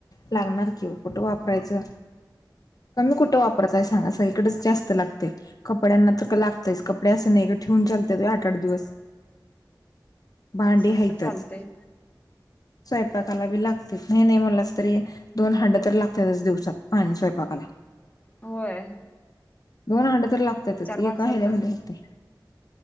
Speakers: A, on the left (about 50°); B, on the left (about 20°).
A: लागणार की कुठं वापरायचं कमी कुठं वापराचंय सांगा स जास्त लागते कपड्यांना तर लागत कपडे असे ठेवून चालते त आठ आठ दिवस भांडे
B: तसं कुठं
A: हायतच.
B: चालतंय.
A: स्वयंपाकाला बी लागते नाही नाही मला तरी दोन हा्ड तर लागतातच दिवसात पाणी स्वयंपाक बला <unintelligible>
B: होय
A: दोन हंड तर लागतातच
B: चार माणसांचं
A: एका हज्यामध्ये होते